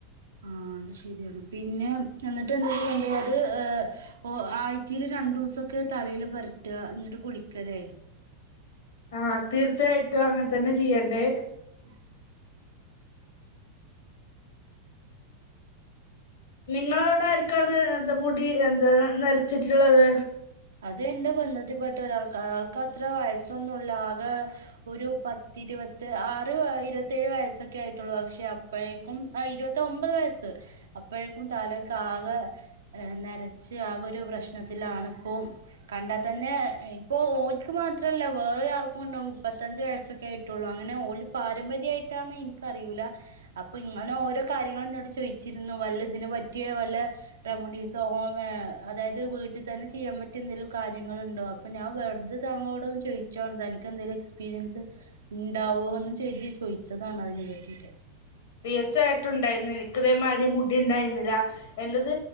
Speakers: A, on the right; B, on the left.
A: ആഹ് അത് ശരിയാണ് പിന്നെ എന്നിട്ട് എന്ത ചെയ്യേണ്ട അത് ഏഹ് ഓ ആഴ്ചേല് രണ്ടുസൊക്കെ തലയില് പേരറ്റ എന്നിട്ട് കുളിക്കലേ
B: ആഹ് തീർച്ചയായിട്ടും അങ്ങനെ തന്നെ ചെയ്യണ്ടേ
A: ഉം
B: നിങ്ങളവിടെ ആരിക്കാണ് എന്താ മുടി എന്താ നരച്ചിട്ട്ള്ളത്
A: അത് എന്റെ ബന്ധത്തിപ്പെട്ട ഒരാൾക്കാ ആൾക്ക് അത്ര വയസ്സൊന്നുല്ല ആകെ ഒരു പത്തി ഇരുപത്തി ആറ് ഇരുവത്തേഴ് വയസ്സൊക്കെ ആയിട്ടുള്ളൂ പക്ഷെ അ അപ്പോഴേക്കും ആ ഇരുപത്തി ഒമ്പത് വയസ്സ് അപ്പോഴേക്കും തലക്കെ ആകെ നരച്ച് ആകൊ ഒരു പ്രശ്നത്തിലാണ്
B: <inaudible>
A: കണ്ടാ തന്നെ ഇപ്പൊ ഓൽ ക്ക് മാത്രല്ല വേറൊരാൾക്കു ഉണ്ട് മുപ്പത്തഞ്ച് വയസ്സോക്കെ ആയിട്ടുള്ളൂ അങ്ങനെ ഓൽ പാരമ്പര്യായിട്ടാന്ന് എനിക്കറിയൂല അപ്പൊ ഇങ്ങനെ ഓരോ കാര്യങ്ങളു എന്നോട് ചോയിച്ചിരുന്നു വല്ല ഇതിന് പറ്റിയ വല്ല റെമഡീസോ ഹോം അതായത് വീട്ടി തന്നെ ചെ ചെയ്യാൻ പറ്റിയഎന്തേലും കാര്യങ്ങളുണ്ടോ അപ്പോ ഞാൻ വെറുതെ താങ്കളോട് ഒന്ന് ചോയ്ച്ചാണ് തനിക്ക് എന്തെലു എക്സ്പീരിയൻസ് ഉണ്ടാവോ എന്ന് ചെയ്തി ചോദിച്ചതാണ് അതിനെ പറ്റിട്ട്
B: തീർച്ചയായിട്ടുണ്ടായിരുന്നു എനിക്ക് ഇതേമാതിരി മുടി ഉണ്ടായിരുന്നില്ല എന്റത്